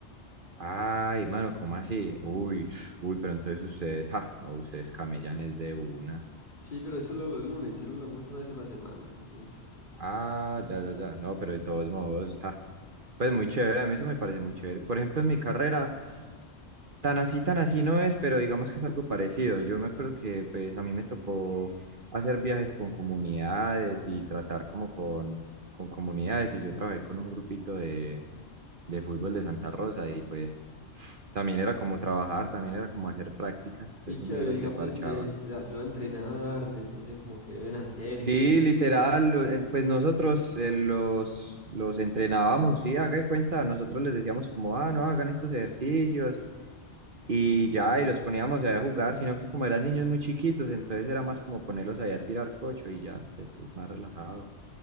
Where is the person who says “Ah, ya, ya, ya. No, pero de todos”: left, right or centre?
Right